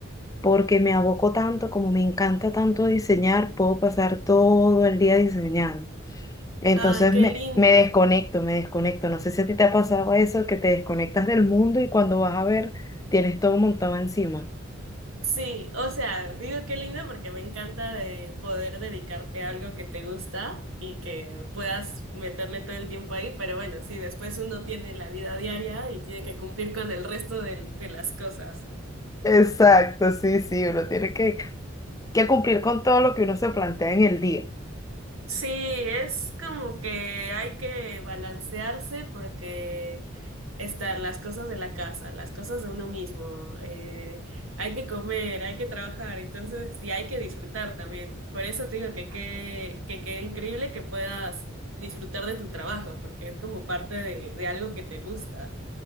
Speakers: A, on the left; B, on the right.
A: porque me aboco tanto, como me encanta tanto diseñar, puedo pasar todo el día diseñando. Entonces
B: Ay, qué
A: me,
B: lindo.
A: me desconecto, me desconecto. No sé si a ti te ha pasado eso, que te desconectas del mundo y cuando vas a ver, tienes todo montado encima.
B: Sí, o sea, digo qué lindo porque me encanta de poder dedicarte a algo que te gusta y que puedas meterle todo el tiempo ahí, pero bueno, sí, después uno tiene la vida diaria y tiene que cumplir con el resto del- de, las cosas.
A: Exacto, sí, sí, uno tiene que, Que cumplir con todo lo que uno se plantea en el día.
B: Sí, es como que hay que balancearse porque están las cosas de la casa, las cosas de uno mismo, eh, hay que comer, hay que trabajar, entonces, y hay que disfrutar también. Por eso te digo que qué que, qué increíble que puedas disfrutar de tu trabajo, porque es como parte de, de algo que te gusta.